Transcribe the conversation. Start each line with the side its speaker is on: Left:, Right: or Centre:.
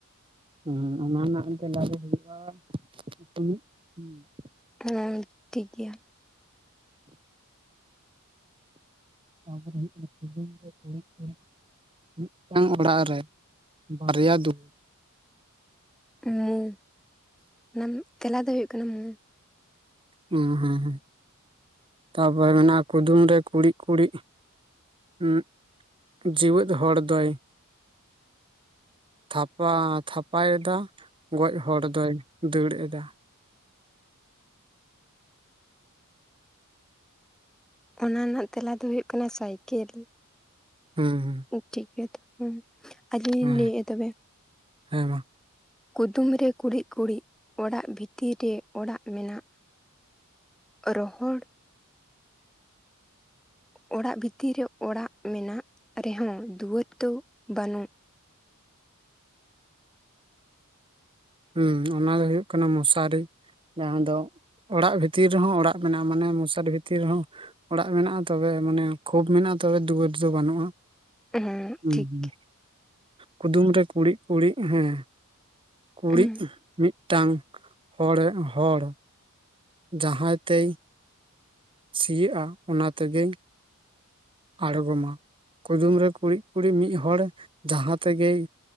Right: ᱦᱩᱸ ᱚᱱᱟ ᱨᱮᱱᱟᱜ ᱛᱮᱞᱟ ᱫᱚ ᱦᱩᱭᱩᱜᱼᱟ ᱥᱩᱱᱩᱡ ᱾ <unintelligible>
Centre: ᱦᱩᱸ ᱴᱷᱤᱠ ᱜᱮᱭᱟ ᱾
Right: ᱛᱟᱯᱚᱨᱮ ᱦᱩᱭᱩᱜ ᱠᱟᱱᱟ ᱠᱩᱫᱩᱢ ᱨᱮ ᱠᱩᱲᱤᱫ ᱠᱩᱲᱤᱫ ᱢᱤᱫᱴᱟᱝ ᱚᱲᱟᱜ ᱨᱮ ᱵᱟᱨᱭᱟ ᱫᱩᱣᱟᱹᱨ ᱾
Centre: ᱢᱩ ᱚᱱᱟ ᱨᱮᱱᱟᱝ ᱛᱮᱞᱟ ᱫᱚ ᱦᱩᱭᱩᱜ ᱠᱟᱱᱟ ᱢᱩ ᱾
Right: ᱦᱮᱸ ᱦᱮᱸ ᱦᱮᱸ ᱛᱟᱨᱯᱚᱨᱮ ᱢᱮᱱᱟᱜᱼᱟ ᱠᱩᱫᱩᱢ ᱨᱮ ᱠᱩᱲᱤᱫ ᱠᱩᱲᱤᱫ ᱩᱸ ᱡᱮᱣᱮᱫ ᱦᱚᱲ ᱫᱚᱭ ᱛᱷᱟᱯᱟ ᱛᱷᱟᱯᱟᱭ ᱮᱫᱟ ᱜᱚᱡ ᱦᱚᱲ ᱫᱚᱭ ᱫᱟᱹᱲ ᱮᱫᱟ
Centre: ᱚᱱᱟ ᱨᱮᱱᱟᱜ ᱛᱮᱞᱟ ᱫᱚ ᱦᱩᱭᱩᱜ ᱠᱟᱱᱟ ᱥᱟᱭᱠᱮᱞ
Right: ᱦᱩᱸ ᱦᱩᱸ
Centre: ᱴᱷᱤᱠ ᱜᱮᱭᱟ ᱛᱚᱵᱮ ᱟᱞᱤᱧ ᱞᱤᱧ
Right: ᱦᱮᱸ
Centre: ᱞᱟᱹᱭᱮᱫᱼᱟ ᱛᱚᱵᱮ
Right: ᱦᱮᱸ ᱢᱟ
Centre: ᱠᱩᱫᱩᱢ ᱨᱮ ᱠᱩᱲᱤᱫ ᱠᱩᱲᱤᱫ ᱚᱲᱟᱜ ᱵᱷᱤᱛᱤᱨ ᱨᱮ ᱚᱲᱟᱜ ᱢᱮᱱᱟᱜ ᱨᱚᱦᱚᱲ ᱚᱲᱟᱜ ᱵᱷᱤᱛᱤᱨ ᱨᱮ ᱚᱲᱟᱜ ᱢᱮᱱᱟᱜ ᱨᱮᱦᱚᱸ ᱫᱩᱣᱟᱹᱨ ᱫᱚ ᱵᱟᱹᱱᱩᱜ
Right: ᱦᱩᱸ ᱚᱱᱟ ᱫᱚ ᱦᱩᱭᱩᱜ ᱠᱟᱱᱟ ᱢᱚᱥᱟᱨᱤ ᱡᱟᱦᱟᱸ ᱫᱚ ᱚᱲᱟᱜ ᱵᱷᱤᱛᱤᱨ ᱨᱮᱦᱚᱸ ᱚᱲᱟᱜ ᱢᱮᱱᱟᱜ ᱢᱟᱱᱮ ᱢᱚᱥᱟᱨᱤ ᱵᱷᱤᱛᱤᱨ ᱨᱮᱦᱚᱸ ᱚᱲᱟᱜ ᱢᱮᱱᱟᱜᱼᱟ ᱛᱚᱵᱮ ᱢᱟᱱᱮ ᱠᱷᱳᱯ ᱢᱮᱱᱟᱜᱼᱟ ᱛᱚᱵᱮ ᱫᱩᱣᱟᱹᱨ ᱫᱚ ᱵᱟᱹᱱᱩᱜᱼᱟ
Centre: ᱦᱮᱸ
Right: ᱦᱩᱸ
Centre: ᱴᱷᱤᱠ
Right: ᱦᱩᱸ ᱠᱩᱫᱩᱢ ᱨᱮ ᱠᱩᱲᱤᱫ ᱠᱩᱲᱤᱫ ᱦᱮᱸ ᱠᱩᱲᱤᱫ
Centre: ᱦᱮᱸ
Right: ᱢᱤᱫᱴᱟᱝ ᱦᱚᱲᱮ ᱦᱚᱲ ᱡᱟᱦᱟᱸᱭ ᱛᱮᱭ ᱥᱤᱭᱚᱜᱼᱟ ᱚᱱᱟ ᱛᱮᱜᱮᱧ ᱟᱲᱜᱚᱢᱟ ᱠᱩᱫᱩᱢ ᱨᱮ ᱠᱩᱲᱤᱫ ᱠᱩᱲᱤᱫ ᱢᱤᱫ ᱦᱚᱲ ᱡᱟᱦᱟᱸ ᱛᱮᱜᱮᱭ